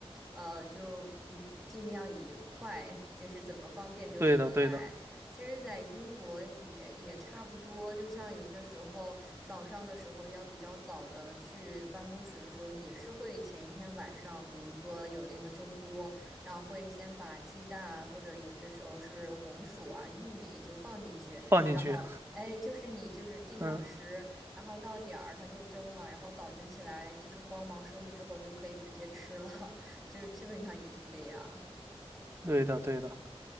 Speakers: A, in the centre; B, on the right (about 25°).
A: 呃，就嗯，尽量以快，就是怎么方便就怎么来。
B: 对的，对的，
A: 其实，在英国也也差不多，就像有些时候早上的时候要比较早的去办公室的时候，也是会前一天晚上，比如说有那个蒸锅，然后会先把鸡蛋啊或者有些时候是红薯啊、玉米就放进去。
B: 放进去。
A: 然后哎，就是你就是定上时，
B: 嗯，
A: 然后到点儿它就蒸了，然后早晨起来就是慌忙收拾之后就可以直接吃了，<laughs> 就是基本上也是这样。
B: 对的，对的。